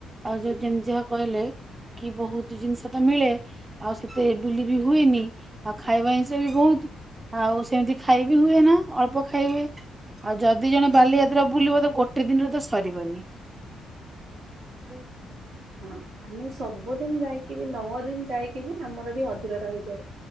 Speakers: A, on the right; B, on the right.
A: ଆଉ ଯୋଉ ଯେମିତି ଯାହା କହିଲେ କି ବହୁତ ଜିନିଷ ତ ମିଳେ। ଆଉ ସେତେ ଏ ବୁଲି ବି ହୁଏନି ଆଉ ଖାଇବା ଜିନିଷ ବି ବହୁତ ଆଉ ସେମିତି ଖାଇବି ହୁଏ ନା ଅଳ୍ପ ଖାଇ ହୁଏ। ଆଉ ଯଦି ଜଣେ ବାଲିଯାତ୍ରା ବୁଲିବ ତ ଗୋଟେ ଦିନରେ ତ ସରିବନି। ହୁ।
B: ହଁ ଆମେ ସବୁଦିନ ଯାଇକି ବି ନଅ ଦିନ ଯାଇକି ବି ଆମର ବି ଅଧୁରା ରହିଯାଏ।